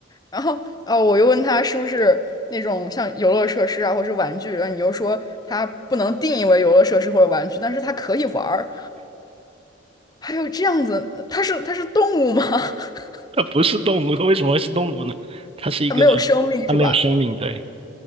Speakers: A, on the left; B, on the right.
A: 然后，呃，我又问他是不是那种像游乐设施啊，或是玩具，然后你又说它不能定义为游乐设施或者玩具，但是它可以玩儿。还有这样子，它是它是动物吗？<laughs>
B: 它不是动物，它为什么会是动物呢？它是一个，
A: 它没有生命是吧？
B: 它没有生命，对。